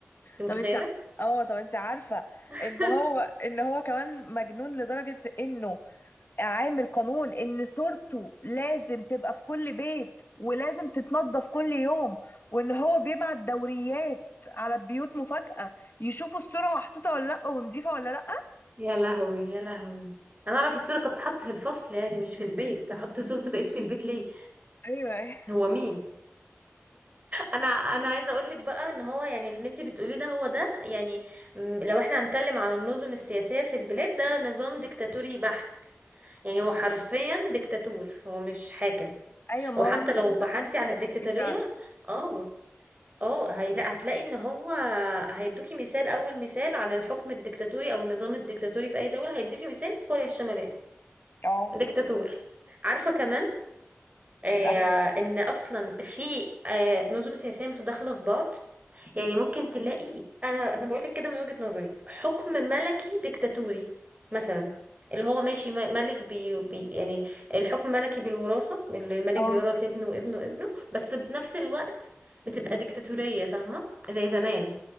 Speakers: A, on the right; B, on the left.
A: انت
B: طب
A: متخيلة
B: انت اه طب انت عارفة
A: <laughs>
B: ان هو ان هو كمان مجنون لدرجة انه عامل قانون ان صورته لازم تبقى في كل بيت ولازم تتنضف كل يوم وان هو بيبعت دوريات على البيوت مفاجأة يشوفوا الصورة محطوطة ولا لأ ونضيفة ولا لأ
A: يا لهوي يا لهوي انا اعرف الصورة كانت بتتحط في الفصل يعني مش في البيت احط صورة الرئيس في البيت ليه
B: ايوه
A: هو مين انا انا عايزه اقول لك بقى ان هو يعني اللي انت بتقوليه ده هو ده يعني م، لو احنا هنتكلم عن النظم السياسيه في البلاد ده نظام ديكتاتوري بحت يعني هو حرفيا ديكتاتور هو مش حاكم
B: ايوه ما
A: وحتى
B: هو النظام
A: لو
B: بتاعها
A: بحثتي
B: ديكتاتوري
A: عن الديكتاتوريه
B: فعلا
A: اه اه هيلاقي هتلاقي ان هو هيدوكي مثال اول مثال على الحكم الديكتاتوري او النظام الديكتاتوري في اي دوله هيديكي مثال كوريا الشماليه
B: اه
A: ديكتاتور عارفه كمان آه،
B: ايوه
A: ان اصلا في آه، نظم سياسيه متداخله في بعض يعني ممكن تلاقي انا انا بقول لك كده من وجهه نظري حكم ملكي ديكتاتوري مثلا اللي هو ماشي م- ملك بي بي يعني الحكم ملكي بالوراثه اللي الملك
B: اه
A: بيورث ابنه وابنه وابنه بس في نفس الوقت بتبقى ديكتاتوريه فاهمه زي زمان